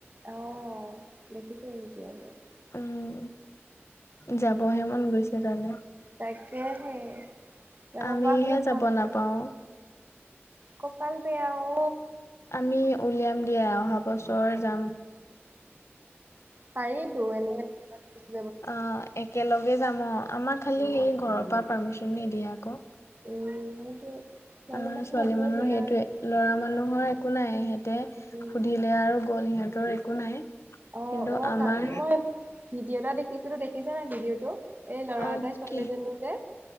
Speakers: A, on the right; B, on the left.
A: অ', দেখিছোঁ ভিডিঅবোৰত।
B: উম, যাবহে মন গৈছে তালে।
A: তাকেহে, যাব
B: আমিহে
A: পৰা হ'লে
B: যাব
A: ভাল আছিল।
B: নাপাও
A: কপাল বেয়া অ।
B: আমি উলিয়াম দিয়া, অহা বছৰ যাম।
A: পাৰিটো এনেকে <unintelligible>
B: অ' একেলগে যাম অ', আমাৰ খালি
A: উম
B: ঘৰৰ পৰা পাৰ্মিচন নিদিয়ে আক।
A: উম, সেইটোৱে।
B: আমাৰ
A: মানুহ
B: ছোৱালী
A: সেইটোৱে
B: মানুহৰ
A: বেয়া
B: সেইটোৱে।
A: আৰু
B: ল'ৰা মানুহৰ একো নাই, সিহঁতে
A: উম
B: সুধিলে আৰু গ'ল, সিহঁতৰ একো নাই।
A: অ',
B: কিন্তু
A: অ',
B: আমাৰ
A: কালি মই ভিডিঅ' এটা দেখিছিলো, দেখিছা নাই ভিডিঅটো? এই ল'ৰা
B: অ'
A: এটাই ছোৱালী
B: কি,
A: এজনী যে